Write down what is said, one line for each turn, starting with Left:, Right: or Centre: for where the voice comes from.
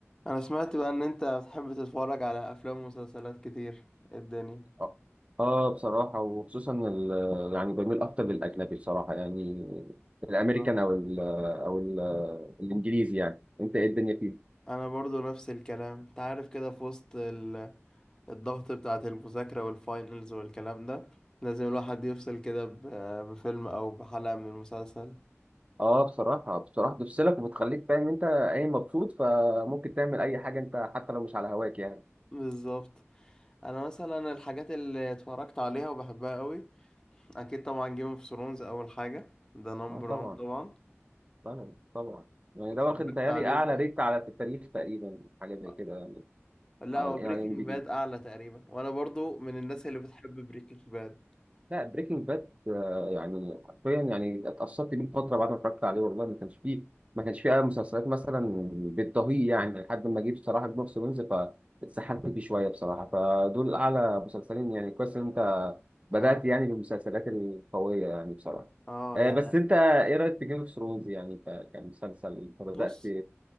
Left: انا سمعت بقى ان انت بتحب تتفرج على افلام ومسلسلات كتير إيه الدنيا
Right: اه آه، بصراحة وخصوصا ال- يعني بميل أكتر للأجنبي بصراحة يعني الأمريكان
Left: آه.
Right: أو ال أو ال الإنجليزي يعني أنت إيه الدنيا فيه؟
Left: انا برضو نفس الكلام انت عارف كده في وسط ال- الضغط بتاعة المذاكرة والفاينلز والكلام ده لازم الواحد يفصل كده ب- بفيلم او بحلقة من المسلسل
Right: آه بصراحة بصراحة بتفصلك وبتخليك فاهم أنت أي مبسوط فممكن تعمل أي حاجة أنت حتى لو مش على هواك يعني
Left: بالظبط انا مثلا الحاجات اللي اتفرجت عليها وبحبها قوي اكيد طبعا جيم اوف ثرونز اول حاجة ده نمبر
Right: آه طبعا
Left: وان طبعا
Right: طبعا طبعا يعني
Left: اتفرجت
Right: ده واخد بيتهيألي
Left: عليه
Right: أعلى
Left: صح
Right: ريت على في التاريخ تقريبا حاجة زي
Left: آه.
Right: كده يعني
Left: لا
Right: على
Left: هو
Right: ال
Left: بريكنج
Right: IMDb
Left: باد اعلى تقريبا وانا برضو من الناس اللي بتحب بريكنج باد
Right: لا بريكنج باد يعني حرفيا يعني اتأثرت بيه فترة بعد ما اتفرجت عليه والله ما كانش فيه ما كانش فيه أي مسلسلات مثلا بتضاهيه يعني لحد ما جه بصراحة جيم اوف ثرونز فاتسحلت فيه شوية بصراحة فدول أعلى مسلسلين يعني كويس إن أنت بدأت
Left: اه
Right: يعني بالمسلسلات القوية يعني بصراحة
Left: اه
Right: آه،
Left: يعني
Right: بس أنت إيه رأيك في جيم اوف ثرونز يعني ك- كمسلسل أنت
Left: بص
Right: بدأت